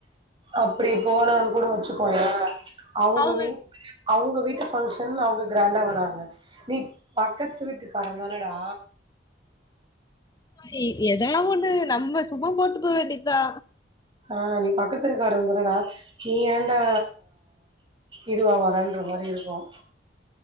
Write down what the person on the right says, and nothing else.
அப்பிடி போனோன் கூட வெச்சுக்கோய அவ்ங்க
வீட் அவ்ங்க வீட்டு ஃபங்க்ஷன் அவ்ங்க க்ராண்டா வராங்க நீ பக்கத்து வீட்டுகாரதானடா
ஆஹ் நீ பக்கத்து இருக்கார தானடா நீ ஏன்டா இதுவா வரன்ற மாரி இருக்கும்